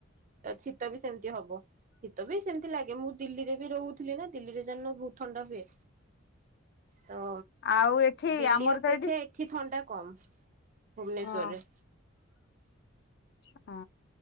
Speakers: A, on the right; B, on the left.
A: ଶୀତ ବି ସେମିତି ହବ। ଶୀତ ବି ସେମିତି ଲାଗେ। ମୁଁ ଦିଲ୍ଲୀରେ ବି ରହୁ ଥିଲି ନା ଦିଲ୍ଲୀରେ ଜାଣିନ ବହୁତ ଥଣ୍ଡା ହୁଏ। ତ
B: ଆଉ ଏଠି
A: ଦିଲ୍ଲୀ
B: ଆମର
A: ଅପେକ୍ଷା
B: ତ
A: ଏଠି ଥଣ୍ଡା କମ। ଭୁବନେଶ୍ୱରରେ।
B: ଓହୋ ହଁ।